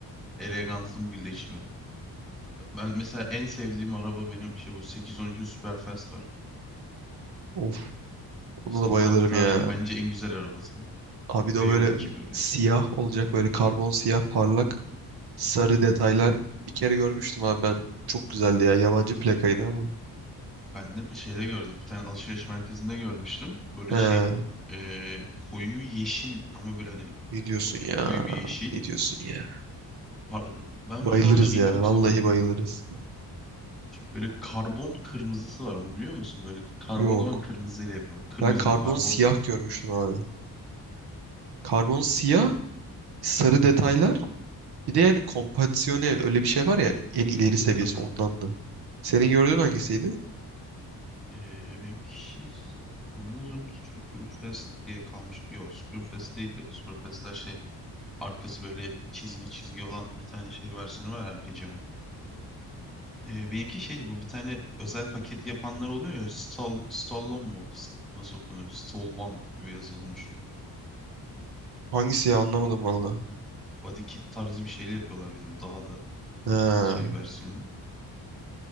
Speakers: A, in the centre; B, on the right (about 75°).
A: elegansın birleşimi. Ben mesela en sevdiğim araba benim şey bu 812 Superfast var.
B: Of, ona da
A: İnsanlık
B: bayılırım
A: tarihinin
B: ya.
A: bence en güzel arabası.
B: Abi de
A: V12
B: o böyle
A: böyle.
B: siyah olacak böyle karbon siyah parlak sarı detaylar. Bir kere görmüştüm abi ben. Çok güzeldi ya. Yabancı plakaydı ama.
A: Ben de bir şeyde gördüm. Bir tane alışveriş merkezinde görmüştüm. Böyle
B: He,
A: şey eee, koyu yeşil ama böyle hani
B: ne diyorsun ya?
A: çok koyu bir yeşil.
B: Ne diyorsun ya?
A: Par- Ben
B: Bayılırız
A: mesela onun şeyini
B: ya.
A: çok
B: Vallahi
A: seviyorum.
B: bayılırız.
A: Böyle karbon kırmızısı var onu biliyor musun? Böyle karbon
B: Yok.
A: ama kırmızıyla yapıyor. Kırmızı
B: Ben karbon
A: bir karbonla.
B: siyah görmüştüm abi. Karbon siyah, sarı detaylar. Bir de yani kompansiyone öyle bir şey var ya en ileri seviyesi
A: Hı hı.
B: ondandı. Senin gördüğün hangisiydi?
A: Eee benimki sanırım Superfest diye kalmış. Yok Superfest değildi. Superfest'ler şey arkası böyle çizgi çizgi olan bir tane şey versiyonu var ya, arka camı. E, benimki şeydi bu bir tane özel paket yapanlar oluyor ya Stall, Stallone mu? Nasıl okunuyor? Stallone gibi yazılmış.
B: Hangisi ya anlamadım valla.
A: Body kit tarzı bir şeyle yapıyorlar bir de bu daha da
B: Ha,
A: üf, şey versiyonu.